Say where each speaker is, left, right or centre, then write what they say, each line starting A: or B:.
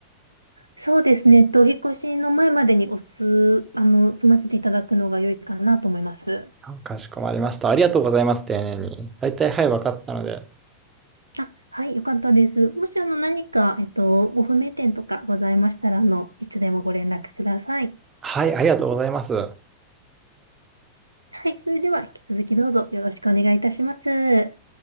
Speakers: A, on the right; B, on the right.
A: そうですね、えっと、お引っ越しの前までにおす、あの、済ませていただくのが良いかなと思います。
B: あかしこまりました。ありがとうございます、丁寧に。大体、はい、わかったので。
A: あ、はい、よかったです。もし、あの、何か、えっと、ご不明点とかございましたら、あの、いつでもご連絡ください。
B: はい、ありがとうございます。
A: はい、それでは、引き続きどうぞよろしくお願いいたします。